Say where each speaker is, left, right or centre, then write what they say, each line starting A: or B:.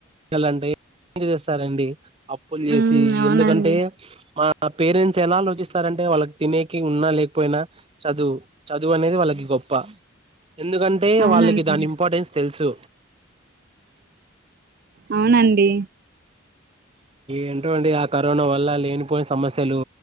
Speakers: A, on the right (about 25°); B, on the right (about 45°).
A: ఎలా అంటే చేస్తారండి అప్పులు చేసి
B: ఉమ్ అవునండి
A: ఎందుకంటే మ మా పేరెంట్స్ ఎలా ఆలోచిస్తారంటే వాళ్ళకి తినేకి ఉన్నా లేకపోయినా చదువు చదువు అనేది వాళ్ళకి గొప్ప ఎందుకంటే
B: అవునండి
A: వాళ్ళకి దాని ఇంపార్టెన్స్ తెలుసు
B: అవునండి
A: ఏంటో అండి ఆ కరోనా వల్ల లేనిపోయిన సమస్యలు